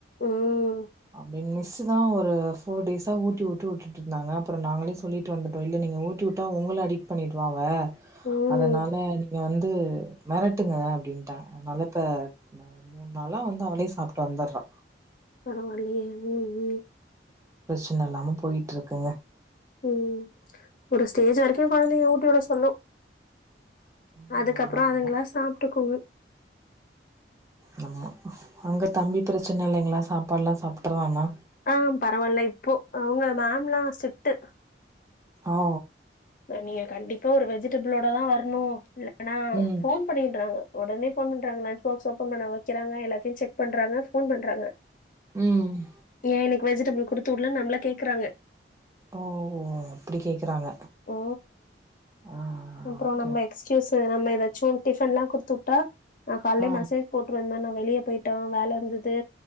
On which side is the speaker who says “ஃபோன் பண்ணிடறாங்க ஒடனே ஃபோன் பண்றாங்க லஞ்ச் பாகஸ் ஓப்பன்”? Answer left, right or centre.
Left